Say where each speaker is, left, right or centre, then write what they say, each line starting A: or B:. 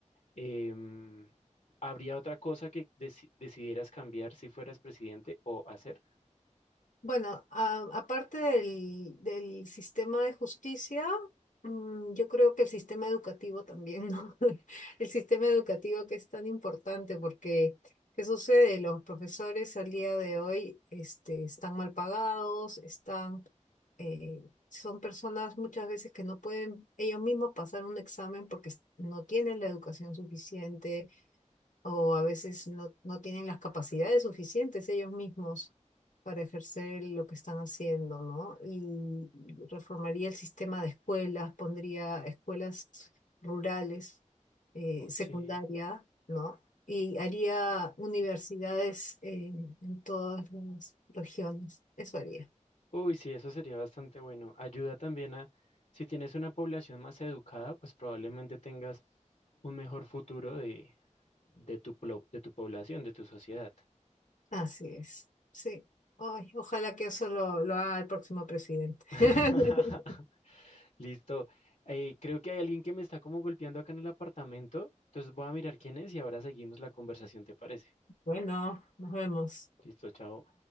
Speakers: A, on the left (about 70°); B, on the left (about 80°).
A: Em, ¿habría otra cosa que deci- decidieras cambiar si fueras presidente o hacer?
B: Bueno, a- aparte del, del sistema de justicia, mm, yo creo que el sistema educativo también, ¿no? <laughs> El sistema educativo que es tan importante porque, ¿qué sucede? Los profesores al día de hoy, este, están mal pagados, están, eh, son personas muchas veces que no pueden ellos mismos pasar un examen porque no tienen la educación suficiente o a veces no, no tienen las capacidades suficientes ellos mismos para ejercer lo que están haciendo, ¿no? Y reformaría el sistema de escuelas, pondría escuelas rurales, eh,
A: Oh,
B: secundaria,
A: sí.
B: ¿no? Y haría universidades en, en todas las regiones. Eso haría.
A: Uy, sí, eso sería bastante bueno. Ayuda también a, si tienes una población más educada, pues probablemente tengas un mejor futuro de, de tu, plo- de tu población, de tu sociedad.
B: Así es. Sí. Ay, ojalá que eso lo, lo haga el próximo presidente.
A: <laughs>
B: <laughs>
A: Listo. Eh, creo que hay alguien que me está como golpeando acá en el apartamento. Entonces voy a mirar quién es y ahora seguimos la conversación, ¿te parece?
B: Bueno, nos vemos.
A: Listo, chao.